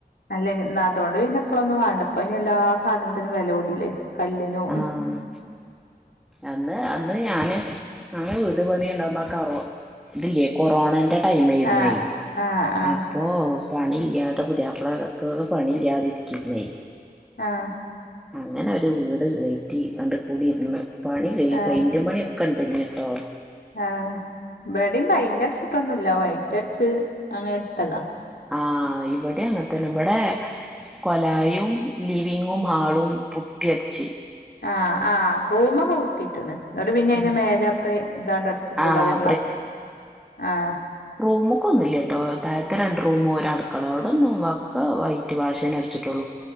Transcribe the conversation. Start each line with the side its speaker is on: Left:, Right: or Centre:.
Left: അല്ലെങ്കി ഇല്ലാത്തോണ്ട് ഇനി എപ്പളൊന്നും വേണ്ട ഇനി എല്ലാ സാധനത്തിനും വെല കൂടില്ലേ കല്ലിനും
Centre: ആഹ് അന്ന് അന്ന് ഞാന് ഞാന് വീട് പണി ഉണ്ടാകുമ്പോ കറു ഇതില്യ കൊറോണന്റെ ടൈം ആയിരുന്നു
Left: ആഹ് ആഹ് ആഹ്
Centre: അപ്പൊ പണി ഇല്ലാതെ പുതിയാപ്ലക്ക് പണി ഇല്ലാതെ ഇരിക്കിര്ന്നേ
Left: ആഹ്
Centre: അങ്ങനെ ഒരു വീട് കേറ്റി അണ്ട് കുടിരിന്ന് പണി കഴിയ
Left: ആഹ്
Centre: പയിന്റ് പണി കണ്ടിഞ്ഞിട്ടേ
Left: ആഹ് ഇബടേം പൈറ്റടിച്ചിട്ടൊന്നുമല്ല വൈറ്റടച്ച് അങ്ങനെ ഇട്ടതാ
Centre: ആഹ് ഇവിടേം അങ്ങനത്തന്നെ ഇവിടെ കൊലായും ലിവിങ്ങും ആളും പുട്ടിഅടിച്ചി
Left: ആഹ്! ആഹ്! റൂമൊക്കെ പെട്ടിട്ടണ് പിന്നെ അയി
Centre: ഉം
Left: മേലപ്രേ ഏതാണ്ട് അടിച്ചിട്ടുള്ള
Centre: ആഹ്
Left: വെള്ള ആഹ്!
Centre: റൂമൊക്കെ ഒന്നുമല്ല കേട്ടോ താഴത്തെ രണ്ട് റൂമ് ഒരടു മക്കളോടൊന്നും വക്ക വൈറ്റ് വാഷേൻ തന്നെ അടിച്ചിട്ടുള്ളു!